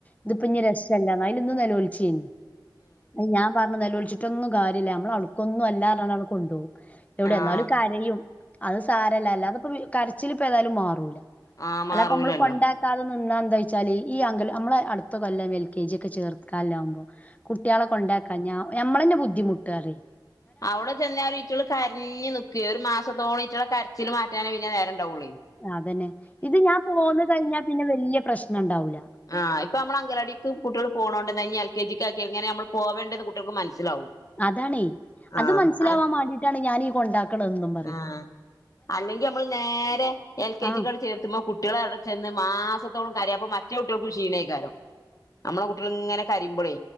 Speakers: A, on the left; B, on the left.
A: ഇത് ഇപ്പിഞ്ഞി രസല്ലാന്ന് അതിന് ഇന്ന് നൊലോൽച്ചേനി അത് ഞാൻ പറഞ്ഞ് നൊലോൽച്ചിട്ടൊന്നും കാര് ലാ നമ്മൾ അവട്ക്കൊന്നും അല്ലാ പറഞ്ഞാണ്ട് കൊണ്ടോകും എവിടെ
B: ആഹ്
A: എന്നാലും കരയും. അത് സാരല്ല അല്ലാതപ്പം കരച്ചിലിപ്പതായാലും മാറൂല.
B: ആഹ്
A: അല്ലാ
B: മാറൂലല്ലോ
A: പ്പം നമ്മൾ കൊണ്ടാക്കാതെ ന്നാ എന്തായ്ച്ചാല് ഈ അങ്കലം നമ്മളെ അടുത്ത കൊല്ലം എൽ കെ ജി ക്കെ ചേർക്കല്ലാവുമ്പോ കുട്ട്യാളെ കൊണ്ട <unintelligible> ഞമ്മളെന്നെ ബുദ്ധിമുട്ട് അറി
B: അഔടെ ചെന്നാല് ഇറ്റള് കരഞ്ഞ് നിക്കേ ഒരു മാസത്തോളം ഇറ്റളേ കരച്ചിൽ മാറ്റാനേ പിന്നെ നേര ട്ടവൊളി
A: അതന്നെ ഇത് ഞാൻ പോന്ന് കഴിഞ്ഞാ പിന്നെ വല്ല്യ പ്രശ്നണ്ടാവൂല.
B: ആ ഇപ്പ നമ്മള അങ്കലാടിക്ക് കുട്ട്യള് പോണോണ്ടന്നേ ഇഞ്ഞ് എൽ കെ ജിക്ക് ആക്കി എങ്ങനെ നമ്മൾ പോവേണ്ടെന്ന് കുട്ട്യൾക്ക് മനസ്സിലാവും.
A: അതാണേ അത്
B: ആഹ്
A: മനസ്സിലാവാൻ മാണ്ടിട്ടാണ് ഞാനീ കൊണ്ടാക്ക്ണതന്നും പറിം.
B: ആഹ് അല്ലെങ്കി നമ്മള് നേരെ എൽ കെ
A: ആഹ്
B: ജി ക്കാണ്ട് ചേർത്ത്മ്പോ കുട്ട്യള് അവിടെ ചെന്ന് മാസ <unintelligible> കരയുമ്പോ മറ്റേ കുട്ട്യൾക്കും ക്ഷീണേക്കാരം നമ്മെള കുട്ട്യള്ങ്ങനെ കരിമ്പളേ.